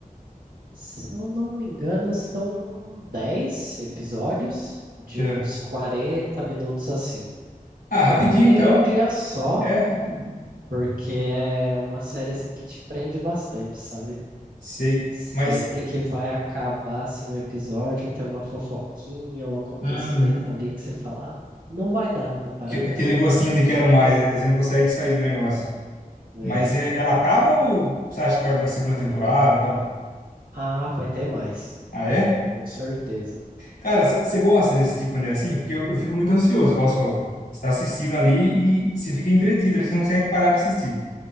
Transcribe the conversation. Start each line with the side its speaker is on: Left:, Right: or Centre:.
Right: Se eu não me engano, são 10 episódios de
Left: É.
Right: uns 40 minutos assim.
Left: Ah, rapidinho
Right: Eu terminei
Left: então.
Right: num dia só,
Left: É, rapidinho.
Right: porque é uma série assim que te prende bastante, sabe?
Left: Sei.
Right: Sempre
Left: Mas.
Right: que vai acabar assim um episódio, tem uma fofoquinha, um acontecimento
Left: Uhum.
Right: ali que você fala, "Ah, não vai dar pra parar
Left: que- aquele
Right: nesse daqui.
Left: gostinho de quero mais, né? Daí você não consegue sair do negócio.
Right: É.
Left: Mas é, ela acaba ou você acha que vai pra segunda temporada e tal?
Right: Ah, vai ter mais,
Left: Ah, é?
Right: com certeza.
Left: Cara, você gosta de assistir quando é assim? Porque eu, eu fico muito ansioso, igual você falou. Você tá assistindo ali e você fica entretido, ali você não consegue parar de assistir.